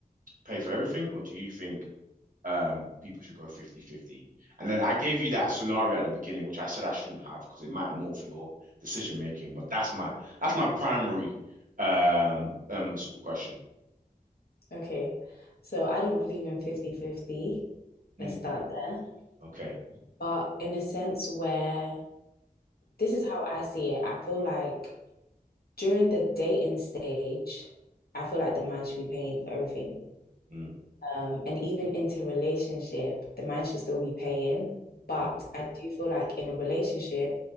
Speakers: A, on the right; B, on the left.
A: pay for everything, or do you think um, people should go fifty-fifty, And then I gave you that scenario at the beginning, which I said I shouldn't have because it might morph your decision making. But that's my that's my primary um um sort of question.
B: Okay. So I don't believe in 5050
A: Mm,
B: Let's start there.
A: okay.
B: But in a sense where this is how I see it, I feel like during the dating stage, I feel like the man should be paying for everything.
A: Mm,
B: Um, and even into relationship, the man should still be paying. But
A: mm,
B: I do feel like in a relationship,